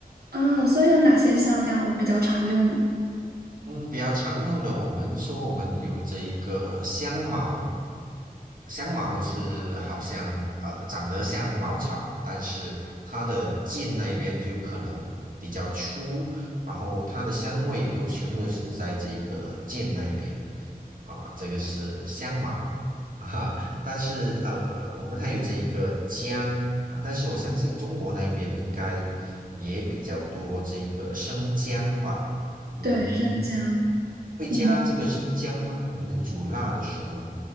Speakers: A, on the right; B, on the right.
A: 啊，所以有哪些香料我比较常用呢？
B: 嗯，比较常用的，我们说我们有这一个香茅，香茅是好像呃长得像茅草，但是它的茎那边就可能比较粗，然后它的香味都全部都是在这个茎那一边啊，这个是香茅啊。但是呃，我们还有这个姜啊，但是我相信中国那边应该也比较多这个生姜吧。你们
A: 对，生姜。
B: 会加这个生姜吗？
A: 你们
B: 你们煮辣的时候